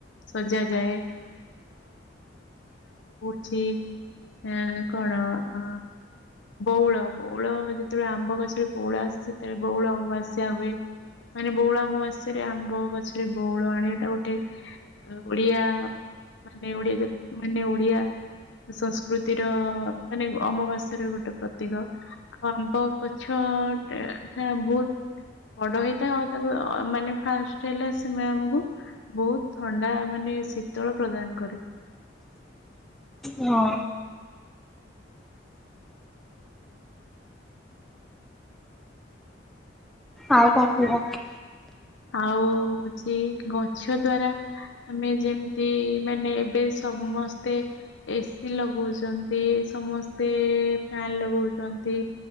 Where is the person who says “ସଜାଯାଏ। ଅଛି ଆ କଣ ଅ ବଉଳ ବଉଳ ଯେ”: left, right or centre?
Left